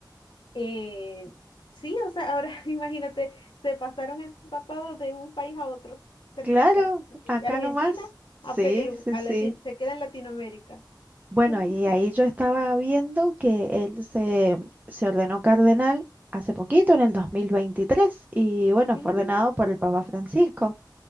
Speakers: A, on the left (about 85°); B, on the right (about 20°).
A: Eh, sí, o sea, ahora <laughs> imagínate, se pasaron empapados de un país a otro, cerquita,
B: Claro,
A: de
B: acá
A: Argentina
B: nomás. Sí,
A: a Perú,
B: sí,
A: a
B: sí.
A: Latin- se queda en Latinoamérica.
B: Bueno,
A: <laughs>
B: y ahí yo estaba viendo que él se, se ordenó cardenal hace poquito, en el 2023 y bueno,
A: Sí,
B: fue ordenado por el Papa Francisco.